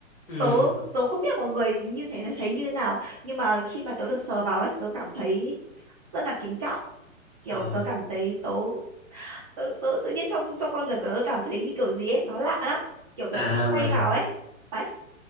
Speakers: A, on the left (about 45°); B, on the right (about 25°).
A: ừ
B: tớ tớ không biết mọi người như thế là thấy như thế nào nhưng mà khi mà tớ được sờ vào ấy tớ cảm thấy rất là kính trọng kiểu
A: ờ
B: tớ cảm thấy tớ tớ tớ tự nhiên trong trong con người tớ cảm thấy kiểu gì ấy nó lạ lắm kiểu đợt
A: à
B: úp
A: vậy
B: tay vào ấy đấy